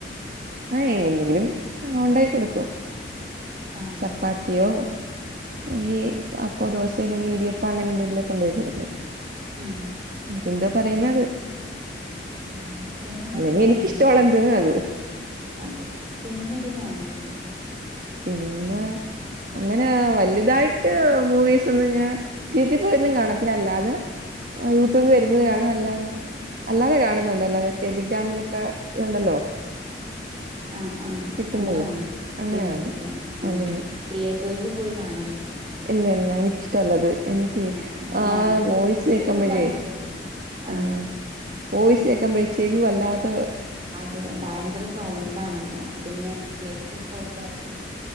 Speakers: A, on the right; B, on the right.
A: ആ എങ്ങെന്തെങ്കിലും ആ ഉണ്ടായി കൊടുക്കും
B: ആഹ്
A: ചപ്പാത്തിയോ എങ്ക അപ്പൊ ദോശ അല്ലെങ്കിൽ ഇടിയപ്പ അങ്ങനെ എന്തെങ്കിലുമൊക്കെ ഇണ്ടാക്കി കൊടുക്കും
B: ഉം
A: എന്താ പറയുന്നത്
B: ഉം സിനിമയൊക്കെ
A: അല്ലെങ്കി
B: കാണൽ
A: എനിക്കിഷ്ടമുള്ള എന്ത അത്
B: അതെ സിനിമെക്കകാണലുണ്ടാ
A: സിൻമാ അങ്ങനെ വലുതായിട്ട് മൂവീസൊന്നും ഞാ തീറ്ററിൽ പോയൊന്നും കാണത്തില്ല അല്ലാതെ യൂട്യൂബി വരുന്നത് കാണും അല്ലന്ന് അല്ലാതെ കാണുന്നുണ്ട് അല്ലാതെ ടെലിഗ്രാമിലൊക്കെ ഇതുണ്ടല്ലോ
B: ആഹ ആഹ
A: കിട്ടുന്നത്
B: അങ്ങനെ കാണും
A: അങ്ങനെ
B: ലിങ്കി
A: കാണും
B: ആ
A: അല്ലെങ്കിൽ
B: തിയേറ്ററിൽ പോയി കാണ
A: ഇല്ല ഇല്ല എനിക്കിഷ്ട്ടൊല്ലത് എനിക്ക്
B: ആഹ്
A: ആ
B: ഞാനും
A: വോയിസ്
B: തിയേറ്ററിൽ
A: കേക്കുമ്പഴേ
B: പോയി കണ്ടിട്ടുണ്ട് ആഹ്
A: ആ വോയ്സ് കേൾക്കുമ്പോഴേ ചെവി വല്ലാത്തെ
B: അതെ ഭയങ്കര സൗണ്ടാണല്ലോ പിന്നെ ലൈറ്റൊക്കെ ഓഫാക്കി